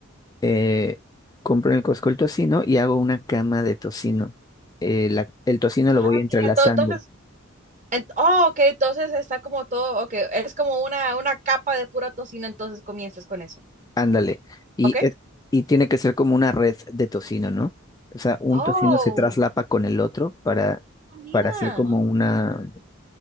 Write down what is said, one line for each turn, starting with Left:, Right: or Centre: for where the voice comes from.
Left: eh, compro en el Costco el tocino y hago una cama de tocino. Eh, la- el tocino
Right: Ah,
Left: lo voy entrelazando,
Right: mira, todo, entonces, en- oh, ok, entonces está como todo, ok, es como una, una capa de pura tocino, entonces comienzas con eso.
Left: ándale. Y,
Right: Ok.
Left: es- y tiene que ser como una red de tocino, ¿no? O sea, un
Right: Oh,
Left: tocino se traslapa con el otro para,
Right: ah, mira,
Left: para hacer como una,